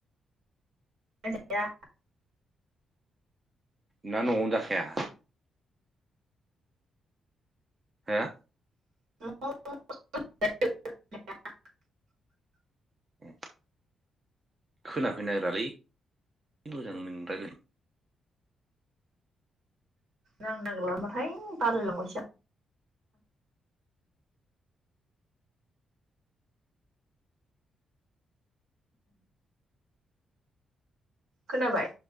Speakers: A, on the right; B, on the right.
A: आं जाया
B: ना नआवनो जाखाया हो
A: <unintelligible>
B: ए खोनाफैनो नागिरालै मोजां नों राय्लायनो <unintelligible>
A: नांनो नागिरलाबाथाइ <unintelligible> बालायलांबायसो आ खोनाबाय